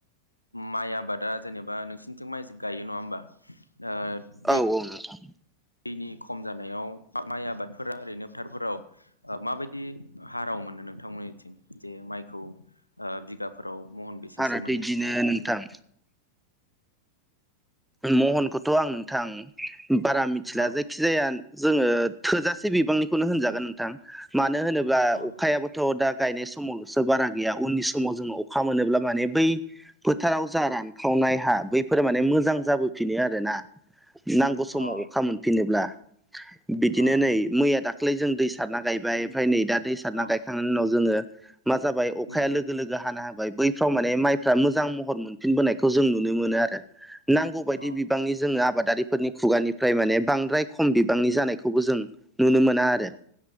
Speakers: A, on the left; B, in the centre.
A: माइ आबादा जेनेबा नोंसिनिथिं माइ गायो नङा होमबा ओ दै
B: औ औ नोंगौ
A: दैनि खम जानायाव माइ आबादफोरा ओरैनो फोथारफोराव माबायदि हाराव मोनो नोंथांमोननिथिं जे माइखौ बिगाफोराव महन बेसेसो
B: आरो
A: मोनो
B: बिदिनो
A: बेफोरबायदि
B: नोंथां महनखौथ' आं नोंथां बारा मिथिला
A: औ
B: जाय। जायखि जाया जोंङो थोजासे बिबांनिखौनो होनजागोन नोंथां मानो होनोब्ला
A: अ
B: अखायाबो थ' दा गायनाय समावल'सो बारा गैया उननि समाव जों अखा मोनोब्ला माने बै फोथाराव जा रानखावनाय हा बैफोरो माने मोजां जाबोफिनो आरोना नांगौ समाव
A: अ
B: अखा मोनफिनोब्ला। बिदिनो
A: अ
B: नै मैया दाखालै जों दै सारना गायबाय ओमफ्राय नै दा दै
A: औ
B: गायखांनायनि उनाव जोंङो मा जाबाय अखाया
A: उम
B: लोगो लोगो हानो हाबाय बैफ्राव माने माइफ्रा मोजां महर मोनफिनबोनायखौ जों नुनो मोनो आरो। नांगौ बायदि
A: अ
B: बिबांनि जोंनो आबादारि फोरनि खुगानिफ्राय माने बांद्राय खम बिबांनि जानायखौबो जों नुनो मोना आरो।